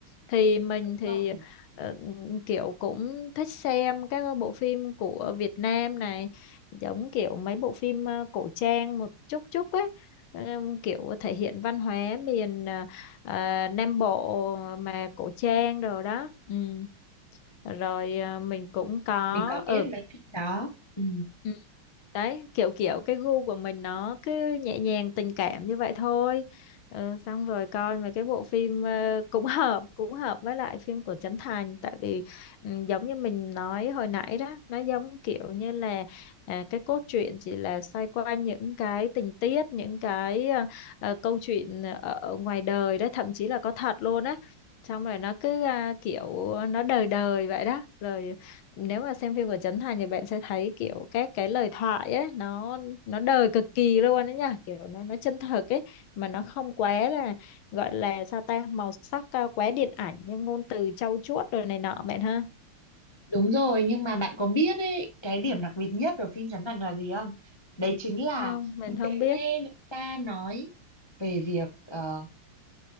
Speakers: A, on the left; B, on the left.
A: thì mình
B: đúng
A: thì
B: rồi.
A: ờ, kiểu cũng thích xem các bộ phim của Việt Nam này giống kiểu mấy bộ phim ờ, cổ trang một chút chút ấy Ừm, kiểu thể hiện văn hóa miền ờ, ờ, Nam Bộ mà cổ trang đồ đó ừ rồi à, mình cũng có
B: Mình có biết
A: ừ
B: mấy phim đó. Ừ,
A: Ừ. đấy kiểu kiểu cái gu của mình nó cứ nhẹ nhàng tình cảm như vậy thôi Ờ, xong rồi coi mấy cái bộ phim ờ, cũng hợp cũng hợp với lại phim của Trấn Thành tại vì ừ, giống như mình nói hồi nãy đó nó giống kiểu như là à, cái cốt truyện chỉ là xoay quanh những cái tình tiết những cái ờ, ờ, câu chuyện ở ở ngoài đời đó thậm chí là có thật luôn á xong rồi nó cứ à, kiểu nó đời đời vậy đó rồi nếu mà xem phim của Trấn Thành thì bạn sẽ thấy kiểu các cái lời thoại ấy nó nó đời cực kỳ luôn đấy nha kiểu nó nó chân thực ấy mà nó không quá là gọi là sao ta màu sắc à, quá điện ảnh nhưng ngôn từ trau chuốt rồi này nọ bạn ha
B: đúng rồi nhưng mà bạn có biết ấy cái điểm đặc biệt nhất ở phim Trấn Thành là gì không? Đấy chính là
A: không mình không biết
B: Nghe người ta nói về việc ờ,